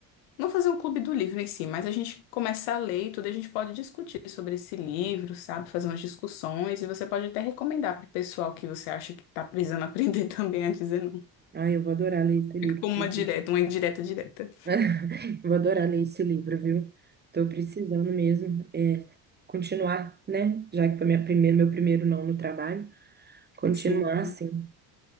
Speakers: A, on the left; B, on the right.
A: Não fazer um clube do livro em si, mas a gente começar a ler e tudo, a gente pode discutir sobre esse livro, sabe? Fazer umas discussões e você pode até recomendar para o pessoal que você acha que está precisando aprender <laughs> também a dizer não.
B: Ah, eu vou adorar ler esse livro.
A: Fica como
B: tô-
A: uma direta, uma indireta direta.
B: <laughs> Vou adorar ler esse livro, viu? Tô precisando mesmo é, continuar, né? Já que foi minha primeira, meu primeiro não no trabalho, continuar
A: Sim,
B: assim,